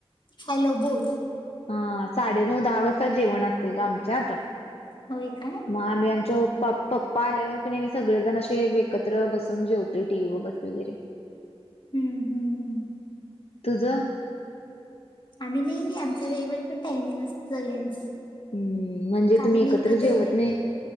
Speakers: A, on the left; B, on the left.
A: हॅलो बोल.
B: हा साडेनऊ दहा वासता जेवण असतय ग आमच्यात.
A: होय काय?
B: म आम्ही आमच्या पप्पा आल्यावर कनी आम्ही सगळेजण असे एकत्र बसून जेवतोय टी व्ही बगत वगैरे. <inaudible>
A: हम्म हम्म.
B: तुझं?
A: आम्ही नाही बाई आमच वेगवेगळं टायमिंग असत सगळ्यांचं.
B: हम्म म्हणजे
A: कारण
B: तुम्ही
A: एकत्र
B: जेवत नाही